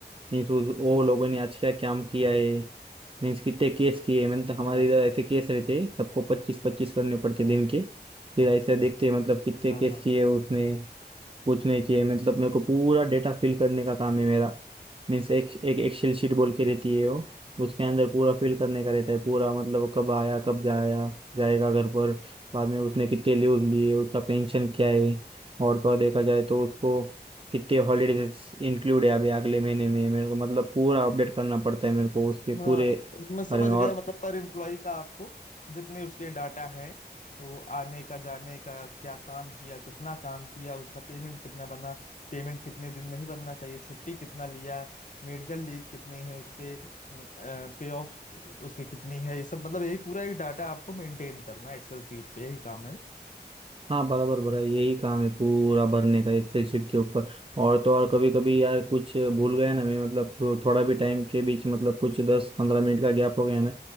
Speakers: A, on the right; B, on the left.
A: मीन्स उस- वो लोगों ने आज क्या काम किया है मीन्स कितने केस किए हैं मतलब
B: हाँ
A: हमारे इधर ऐसे केस रहते हैं सबको पच्चीस पच्चीस करने पड़ते दिन के फिर ऐसे देखते हैं मतलब कितने
B: हाँ
A: केस
B: हाँ
A: किए उसने कुछ नहीं किए मतलब मेरे को पूरा डेटा फिल करने का काम है मेरा मीन्स एक एक एक्सेल शीट बोल के रहती है वो उसके अंदर पूरा फिल करने का रहता है पूरा मतलब वो कब आया कब जाया जाएगा घर पर बाद में उसने कितने लीव लिए उसका पेंशन क्या है और तो और देखा जाए तो उसको कितने हॉलीडेज इंक्लूड है अभी अगले महीने में मेरे को मतलब पूरा अपडेट करना पड़ता है मेरे को उसके
B: हाँ
A: पूरे
B: मैं समझ
A: बारे में
B: गया
A: और
B: मतलब पर एम्प्लॉय का आपको जितने उसके डाटा है वो आने का जाने का क्या काम किया कितना काम किया उसका पेमेंट कितना बना पेमेंट कितने दिन नहीं बनना चाहिए छुट्टी कितना लिया मेडिकल लीव कितनी है उसके पे ऑफ उसकी कितनी है ये सब मतलब यही पूरा एक डाटा आपको मेंटेन करना है एक्सेल सीट पे यही काम है
A: हाँ बराबर बराबर यही काम है पूरा भरने का एक्सेल शीट के ऊपर और तो और कभी कभी यार कुछ भूल गया ना मैं मतलब थोड़ा भी टाइम के बीच मतलब कुछ दस पंद्रह मिनट का गैप हो गया ना